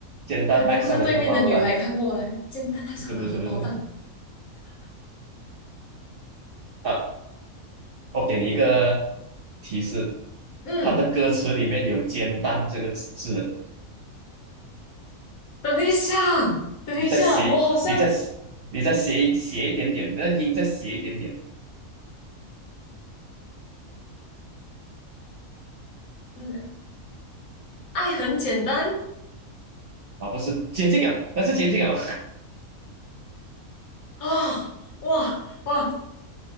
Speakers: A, on the right (about 65°); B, on the left (about 80°).
A: 简单爱上的荷包蛋，
B: 肯定不是对面的女孩看过来，煎蛋爱上了荷包蛋。
A: 不是不是不是啊，我给你一个提示，
B: 嗯，
A: 它的歌词里面有“煎蛋”这个字，
B: 等一下，等一下，
A: 你再写，
B: 我好像，
A: 你再你再斜写一点点，那音再写一点点
B: 嗯，爱很简单
A: 啊，不是接近啊，那是接近啊，
B: 啊，哇哇哇，